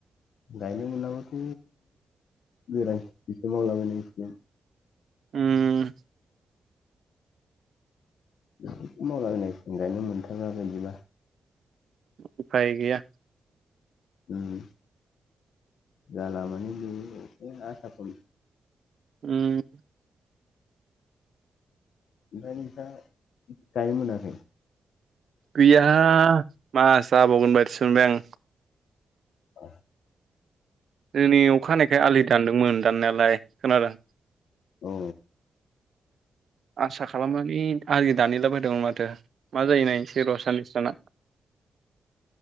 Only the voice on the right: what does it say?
उम
उफाय गैया
उम
गैया मा जाबावगोन बायदिसो मोनबाय आं
जोंनि अखा हानायखाय आलि दानदोंमोन दाननायालाय खोनादों
आसा खालामनानै आलि दानहैलाबायदोंमोन माथो मा जायो नायनि एसे र साननैसो थाना